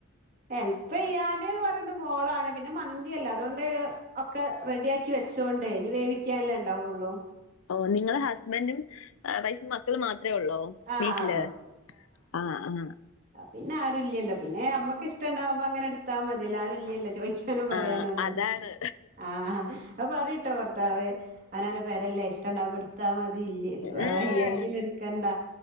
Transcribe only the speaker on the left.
ഓഹ് നിങ്ങ്ള് ഹസ്ബൻറ്റും വൈഫും മക്കളും മാ അത്ര ഉള്ളൂ
വീട്ടില് ആ ആ
ആഹ് അതാണ്.
ഉം